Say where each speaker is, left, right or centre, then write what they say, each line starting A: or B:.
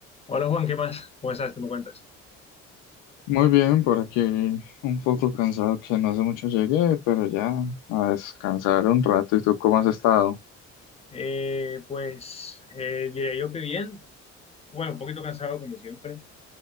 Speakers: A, on the left; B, on the left.
A: Hola Juan, ¿qué más? ¿Cómo estás? ¿Qué me cuentas?
B: Muy bien, por aquí un poco cansado que no hace mucho llegué, pero ya a descansar un rato. ¿Y tú cómo has estado?
A: Eh, pues eh, diré yo que bien. Bueno, un poquito cansado como siempre.